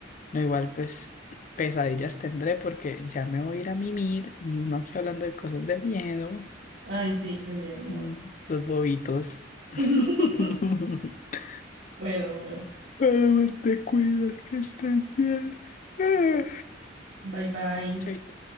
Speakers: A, on the left (about 40°); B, on the right (about 70°).
A: No, igual pues pesadillas tendré porque ya me voy a ir a mimir y uno aquí hablando de cosas de miedo.
B: Ay, sí, qué miedo, amor.
A: Mm, Los bobitos. <laughs>
B: <laughs> Bueno, bueno.
A: Pero te cuidas que estés bien. Ah.
B: Bye bye.
A: Chaito.